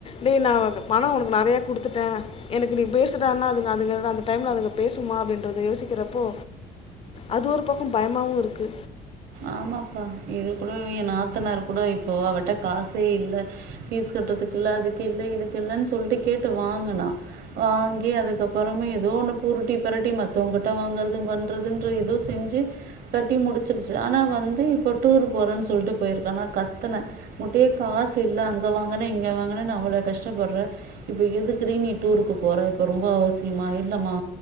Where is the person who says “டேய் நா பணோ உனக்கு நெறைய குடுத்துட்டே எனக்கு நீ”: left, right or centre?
Left